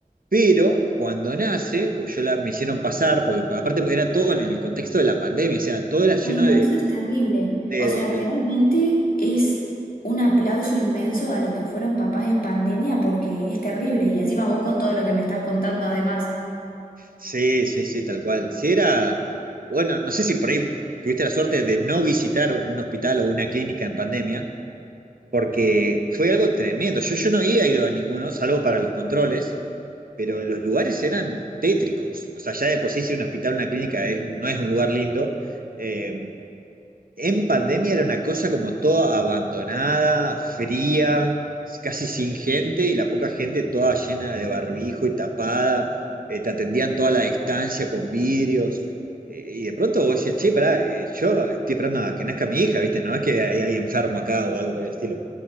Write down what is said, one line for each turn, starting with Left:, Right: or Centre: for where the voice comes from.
Right: Pero cuando nace, pues yo la me hicieron pasar, porque aparte era todo en el contexto de la pandemia, o sea, todo era lleno
Left: Ay, no,
Right: de,
Left: eso es terrible.
Right: de,
Left: O sea,
Right: de-
Left: realmente es un aplauso inmenso a los que fueron papás en pandemia porque es terrible. Y encima vos con todo lo que me estás contando, además,
Right: Sí, sí, sí, tal cual. Si era, bueno, no sé si por ahí tuviste la suerte de no visitar un hospital o una clínica en pandemia, porque fue algo tremendo. Yo, yo no había ido a ninguno, salvo para los controles, pero los lugares eran tétricos. O sea, ya de por sí si un hospital o una clínica es- no es un lugar lindo, eh, en pandemia era una cosa como toda abandonada, fría, casi sin gente y la poca gente toda llena de barbijo y tapada, eh, te atendían toda la distancia con vidrios eh, y de pronto vos decías, che, pará, eh, yo estoy esperando a que nazca mi hija, ¿viste? No es que hay alguien enfermo acá o algo por el estilo.